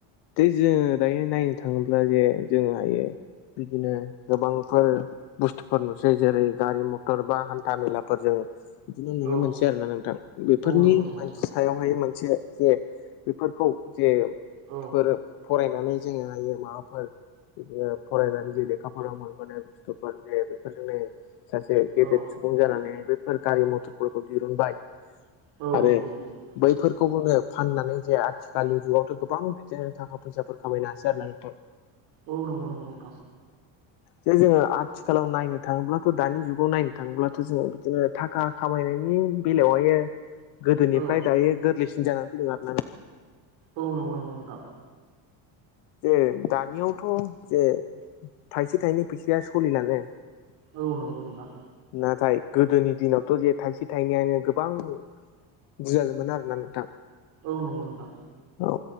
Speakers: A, on the left (about 65°); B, on the right (about 70°).
A: दे जोङो दायो नायनो थाङोब्ला जे जोङो हायो बिदिनो गोबांफोर बुस्थुफोर नुसै जेरै गारि मथर बा हान्था मेलाफोरजों बिदिनो नुनो
B: औ
A: मोनसै आरोना नोंथां बेफोरनि
B: औ नंगौ नंगौ नोंथां
A: सायावहाय मोनसे जे बेफोरखौ जे
B: औ
A: फोर फरायनानै जोङो हायो माबाफोर बिदिनो फरायनानै जे लेखाफोराव मोनबोनाय बुस्थुफोर जे बेफोर जोंनि सासे गेदेर
B: औ
A: सुबुं जानानै बेफोर गारि मथरफोरखौ दिहुनबाय
B: औ
A: आरो
B: नंगौ नंगौ नोंथां
A: बैफोरखौ फाननानै जे आथिखालनि जुगावथ' गोबां बिदिनो थाखा फैसाफोर खामायनो हासै आरो ना नोंथां।
B: औ नंगौ- नंगौ नोंथां
A: जे जोङो आथिखालाव नायनो थाङोब्लाथ' दानि जुगाव नायनो थाङोब्लाथ' जोङो बिऔऔऔदिनो थाखा खामा खामायनायनि बेलायावहाय गोदोनिफ्राय
B: औ
A: दायो गोरलैसिन जानानै फैदों आरोना नोंथां
B: औ नंगौ नंगौ नोंथां
A: जे दानियावथ' जे थाइसे थाइनै फैसाया सोलिलानो
B: औ नंगौ नोंथां
A: नाथाय गोदोनि दिनावथ' जे थाइसे थाइनैआनो गोबां <unintelligible> आरोना नोंथां
B: औ नंगौ नोंथां
A: औ